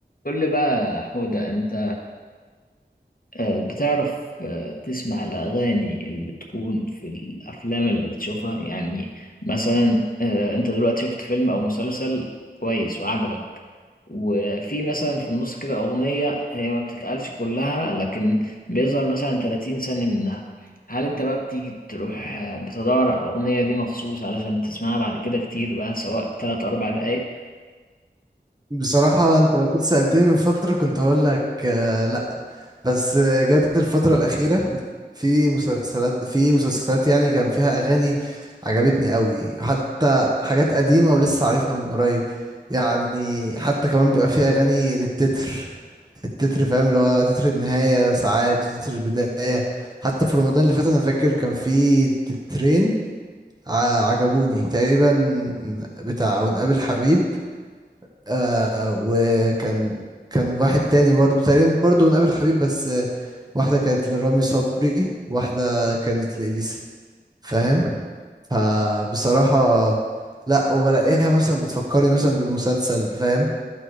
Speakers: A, on the left (about 55°); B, on the right (about 20°).
A: قول لي بقى يا حودة أنت آه، بتعرف آه، تسمع الأغاني اللي بتكون في الأفلام اللي بتشوفها يعني مثلا آه، أنت دلوقتي شفت فيلم أو مسلسل كويس وعجبك وفي مثلا في النص كده أغنية هي ما بتتقالش كلها لكن بيظهر مثلا 30 ثانية منها هل أنت بقى بتيجي تروح آه، بتدور على الأغنية دي مخصوص علشان تسمعها بعد كده كتير بقى سواء 3 أربع دقايق
B: بصراحة انت لو كنت سألتني من فترة كنت هقول لك آه لا بس آه، جت الفترة الأخيرة في مسلسلات في مسلسلات يعني كان فيها أغاني عجبتني قوي حتى حاجات قديمة ولسه عارفها من قريب يعني حتى كمان بيبقى فيها أغاني للتتر التتر فاهم اللي هو تتر النهاية ساعات وتتر البداية حتى في رمضان اللي فات أنا فاكر كان في تترين ع- عجبوني تقريبا بتاع ونقابل حبيب آه وكان كان واحد تاني برضو تقريبا برضو من قبل حبيب بس آه واحدة كانت لرامي صبري واحدة كانت لإليسا فاهم فبصراحة لا وبلاقيها مثلا بتفكرني مثلا بالمسلسل فاهم